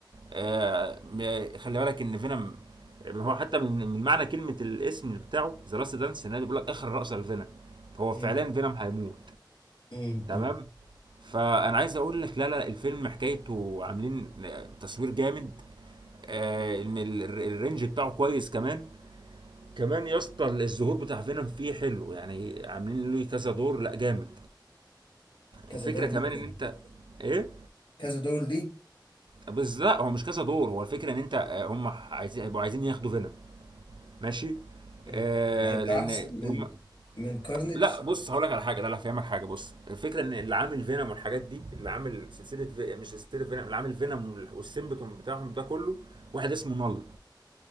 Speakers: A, on the right; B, on the left.
A: آه م- خلي بالك ان فينوم يعني هو حتى من من معنى كلمه الاسم بتاعه ذا لاست دانس ان هو بيقول لك اخر رأس الفينوم فهو
B: أمم،
A: فعليا فينوم هيموت
B: أمم،
A: تمام
B: أمم.
A: فانا عايز اقول لك لا لا الفيلم حكايته عاملين تصوير جامد آه، ان ال- ال- الرينج بتاعه كويس كمان كمان يا اسطى الظهور بتاع فينوم فيه حلو يعني عاملين له كذا دور لا جامد
B: كذا
A: الفكره
B: دور ليه
A: كمان
B: كده
A: ان انت ايه
B: كذا دور ليه
A: بس لا هو مش كذا دور هو الفكره ان انت آه، هم عايزين هيبقوا عايزين ياخدوا فينوم ماشي
B: أمم.
A: آه
B: هيبقى
A: لان
B: احسن من
A: هم
B: من كارنيج
A: لا بص هقول لك على حاجه لا لا هفهمك حاجه بص الفكره ان اللي عامل فينوم والحاجات دي اللي عامل سلسله في... مش سلسله فينوم اللي عامل فينوم والسيمبتوم بتاعهم ده كله واحد اسمه نل